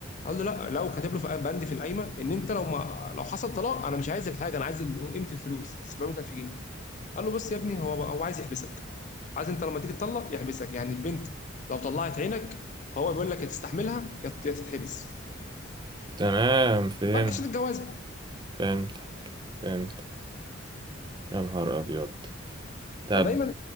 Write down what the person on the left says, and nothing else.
قال له لا لو كاتب له في بند في القايمه ان انت لو ما لو حصل طلاق انا مش عايز الحاجه انا عايز ال- قيمه الفلوس 700000 جنيه قال له بص يا ابني هو هو عايز يحبسك عايز انت لما تيجي تطلق يحبسك يعني البنت لو طلعت عينك هو بيقول لك يا تستحملها يا يا تتحبس
فركش الجواز
فدايما